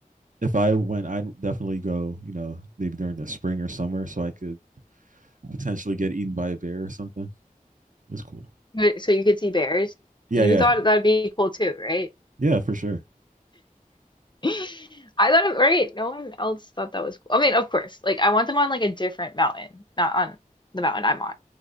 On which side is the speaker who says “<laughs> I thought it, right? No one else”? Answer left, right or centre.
Left